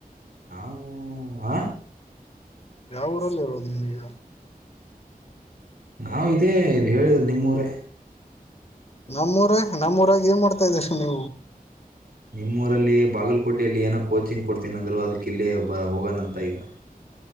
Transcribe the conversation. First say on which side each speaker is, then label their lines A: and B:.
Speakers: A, on the right; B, on the left.
A: ನಾವು ಆ
B: ಯಾವ ಊರಲ್ಲಿ ಇರೋದು ನೀಗ
A: ನಾ ಇದೇ ಹೇಳಿದ್ರು ನಿಮ್ಮೂರೇ
B: ನಮ್ಮೂರ ನಮ್ಮೂರಾಗಿ ಏನ್ ಮಾಡ್ತಾ ಇದ್್ರ ಹಲ
A: ನಿಮ್ಮೂರಲ್ಲಿ ಬಾಗಲಕೋಟೆಯಲ್ಲಿ ಏನೋ ಕೋಚಿಂಗ್ ಕೊಡ್ತೀನಂದರರು ಅದಕ್ಕಲ್ಲೇ ಬ ಹೋಗೋಣಂತ ಈಗ